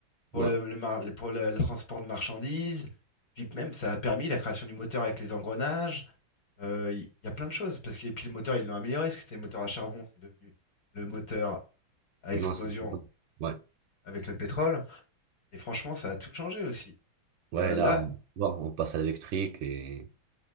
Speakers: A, on the left; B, on the right.
A: Pour
B: Ouais.
A: le, le mar- le- pour le, le transport de marchandises. Puis même, ça a permis la création du moteur avec les engrenages. Euh, Il y, a plein de choses. Parce que, et puis le moteur, ils l'ont amélioré. Parce que c'était le moteur à charbon, c'est devenu le moteur à
B: Non,
A: explosion
B: c'est... Ouais.
A: avec le pétrole. Et franchement, ça a tout changé aussi.
B: Ouais,
A: Et euh,
B: là,
A: là,
B: on, bon, on passe à l'électrique et...